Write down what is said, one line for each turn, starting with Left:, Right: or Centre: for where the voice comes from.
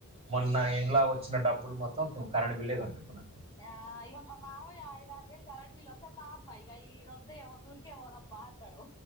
Right: మొన్న ఇండ్ల వచ్చిన డబ్బులు మొత్తం కరెంట్ బిల్లే కట్టుకున్నా
Left: ఆ ఇగ మా మావయ్య ఐదా ఆరు వేలు కరంట్ బిల్ వస్తే పా అమ్మ ఇగ ఈడ వద్దే వద్దు ఊరికే పోదంపా అం టడు